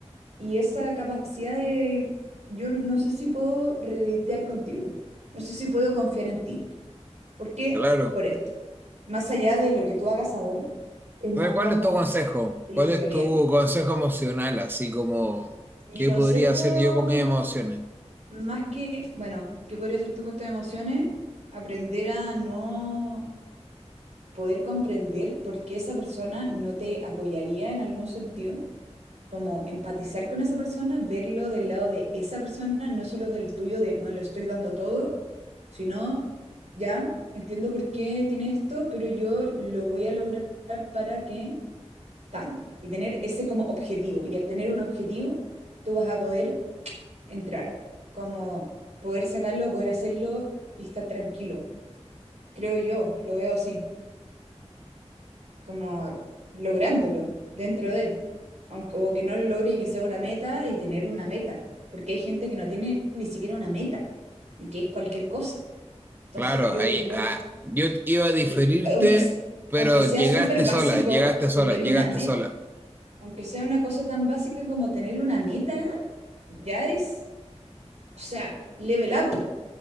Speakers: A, on the right; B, on the right.
A: y esa capacidad de, yo no sé si puedo redetear contigo. No sé si puedo confiar en ti. ¿Por qué?
B: claro.
A: Por esto. Más allá de lo que tú hagas ahora, es
B: Entonces,
A: más
B: ¿cuál
A: como
B: es tu consejo?
A: el
B: ¿Cuál
A: historial.
B: es tu consejo emocional? Así como,
A: Mi
B: ¿qué
A: consejo
B: podría hacer yo con mis emociones?
A: Más que, bueno, ¿qué podría ser tu cuenta de emociones? Aprender a no poder comprender por qué esa persona no te apoyaría en algún sentido, como empatizar con esa persona, verlo del lado de esa persona, no solo del tuyo, de, bueno, lo estoy dando todo, sino, ya, entiendo por qué tiene esto, pero yo lo voy a lograr para que tan, y tener ese como objetivo. Y al tener un objetivo, tú vas a poder entrar, como poder sacarlo, poder hacerlo y estar tranquilo. Creo yo, lo veo así, como lográndolo dentro de, aunque, o que no lo logre y que sea una meta y tener una meta, porque hay gente que no tiene ni siquiera una meta y que es cualquier cosa. Entonces
B: Claro,
A: creo
B: ahí
A: que yo,
B: ah, yo iba a diferirte,
A: y aunque, se-
B: pero
A: aunque sea
B: llegaste
A: súper básico,
B: sola, llegaste
A: tener
B: sola, llegaste
A: una meta,
B: sola.
A: aunque sea una cosa tan básica como tener una meta, ya es, o sea, level up,